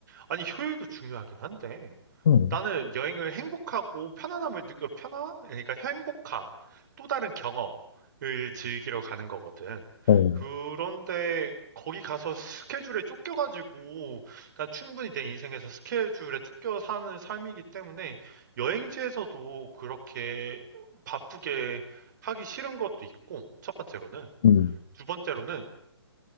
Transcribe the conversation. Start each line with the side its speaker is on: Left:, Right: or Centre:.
Right: 아니, 효율도 중요하긴 한데.
Left: 어
Right: 나는 여행을 행복하고 편안함을 느- 어, 편안 그러니까 행복함 또 다른 경험을 즐기러 가는 거거든.
Left: 음,
Right: 그런데 거기 가서 스케줄에 쫓겨가지고 난 충분히 내 인생에서 스케줄에 쫓겨 사는 삶이기 때문에 여행지에서도 그렇게 바쁘게 하기 싫은 것도 있고 첫 번째로는
Left: 음,
Right: 두 번째로는